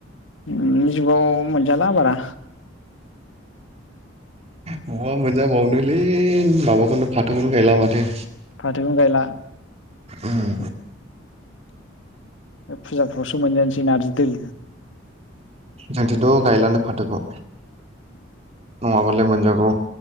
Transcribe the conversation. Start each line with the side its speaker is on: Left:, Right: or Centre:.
Left: दानि जुगाव मोनजाला बारा।
Right: बबाव मोनजाबावनोलै माबाखौनो फाथोखौनो गायला माथो।
Left: फाथोखौनो गायला।
Right: होम।
Left: बे फुजाफ्रावसो मोनजानोसै नारजि दोलो।
Right: जोंनिथिथ' गायलानो फाथोखौ। नङाबालाय मोनजागौ